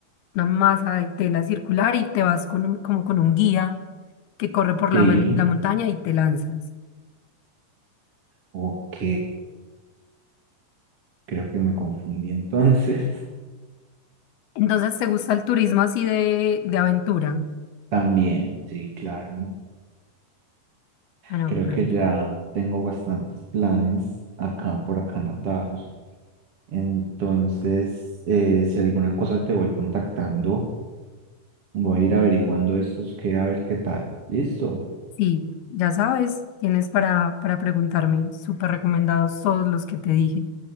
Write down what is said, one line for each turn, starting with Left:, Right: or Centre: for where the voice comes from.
Left: una masa de tela circular y te vas con un- como con un guía que corre por
Right: sí,
Left: la, mon- la montaña y te lanzas.
Right: ok, creo que me confundí entonces. <laughs>
Left: Entonces, ¿te gusta el turismo así de, de aventura?
Right: También, sí, claro.
Left: Ah, no,
Right: Creo
Left: perfecto.
Right: que ya tengo bastantes planes acá por acá anotados. Entonces, eh, si alguna cosa te voy contactando, voy a ir averiguando estos que a ver qué tal. Listo,
Left: Sí, ya sabes, tienes para, para preguntarme. Súper recomendados todos los que te dije.